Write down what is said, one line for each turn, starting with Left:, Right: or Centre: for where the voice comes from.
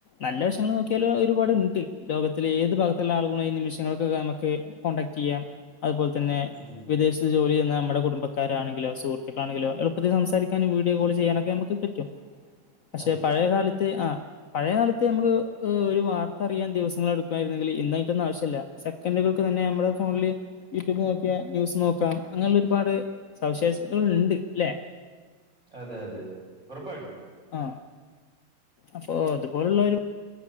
Left: നല്ല <unintelligible> നോക്കിയാൽ ഒരുപാടുണ്ട് ലോകത്തിലെ ഏത് ഭാഗത്തുള്ള ആളുകളുമായി നിമിഷങ്ങൾക്കകം നമ്മക്ക് കോൺടാക്ട്യ്യാം. അതുപോലെതന്നെ
Right: ഉം
Left: വിദേശത്ത് ജോലി നമ്മുടെ കുടുംബക്കാരാണെങ്കിലോ സുഹൃത്തുക്കളാണെങ്കിലോ എളുപ്പത്തിൽ സംസാരിക്കാനും വീഡിയോ കോൾ ചെയ്യാനൊക്കെ നമുക്ക് പറ്റും. പക്ഷെ
Right: അതെ
Left: പഴയകാല ത്ത് ആ പഴയകാലത്ത് നമുക്ക് ഒരു വാർത്ത അറിയാൻ ദിവസങ്ങൾ എടുക്കുമായിരുന്നെങ്കിൽ ഇന്നാതിന്റെന്നും ആവശ്യല്ല. സെക്കൻഡുകൾക്ക് തന്നെ നമ്മടെ ഫോണില് യൂട്യൂബ് നോക്കിയാൽ ന്യൂസ് നോക്കാം അങ്ങനെയുള്ള ഒരുപാട് സവിശേഷതകൾ ഉണ്ട് ല്ലെ?
Right: അതെ അതെ ഉറപ്പായിട്ടും.
Left: ആ അപ്പൊ അതുപോലുള്ള ഒരു